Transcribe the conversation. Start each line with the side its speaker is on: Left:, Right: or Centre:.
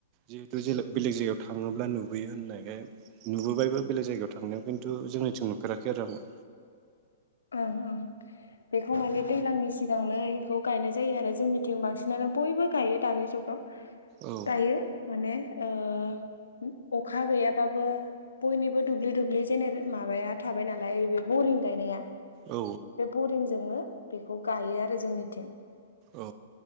Right: जिहेथु जेला बेलेग जायगायाव थाङोब्ला नुबोयो होननायखाय नुबोबायबो बेलेग जायगायाव थांनायाव खिन्थु जोंनिथिं नुफेराखै आरो आङो।
Left: ओं ओं। बेखौ माने दैलांनि सि सिगांनो खौ गायनाय जायो आरो जोंनिथिं बांसि नानो बयबो गायो दानि जुगाव।
Right: औ
Left: दायो माने ओ अखा गैयाबाबो बयनिबो दुब्लि दुब्लि जेने माबाया थाबाय नालाय बे बरिं गायनाया। बे
Right: औ
Left: बरिंजोंनो बेखौ गायो आरो जोंनिथिं।
Right: औ